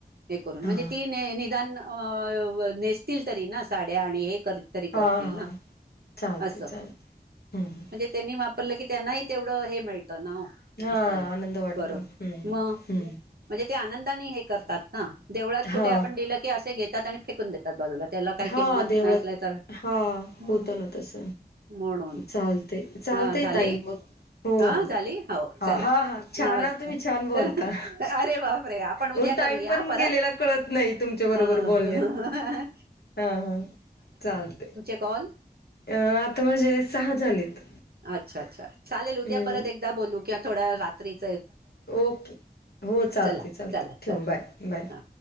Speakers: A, on the right (about 70°); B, on the left (about 75°).
A: हे करून म्हणजे
B: हा
A: ती निदान अ नेसतील तरी ना साड्या आणि हे तरी करतील
B: हा हा
A: ना
B: चालते
A: असं
B: चालते. हम्म
A: म्हणजे त्यांनी वाप ल की त्यांनाही तेवढं हे <inaudible> ना
B: हा
A: असय
B: आनंद वाटतो.
A: बरोबर
B: हम्म
A: मग
B: हम्म
A: म्हणजे ते आनंदाने हे करतात‌. हा. देवळात
B: हा
A: कुठे आपण दिलं की असे घेत घेतात आणि फेकून देतात बाजूला त्याला काही
B: हा
A: किंमत
B: देवळात
A: नसल्या तर
B: हा
A: ह
B: होत ना तस
A: म्हणून
B: चालत चालतय
A: हा झाली
B: ताई मग
A: हा
B: हो
A: झाली हो
B: हा
A: चला
B: हा हा छान
A: नमस्कार
B: आ तुम्ही छान बोलता.
A: अरे बापरे आपण उद्या
B: हो टाइम
A: करूया
B: पण
A: परत
B: गेलेला कळत नाही तुमच्या बरोबर
A: अ--आ
B: बोलण्यात हा हा चालते
A: कॉल
B: अ आता म्हणजे सहा झालेत
A: अच्छा अच्छा चालेल उद्या
B: हम्म
A: परत एकदा बोलू किंवा थोडा वेळ रात्री
B: ओके हो चालते
A: चला
B: चालते
A: चला
B: ठेव
A: चला
B: बाय बाय
A: हा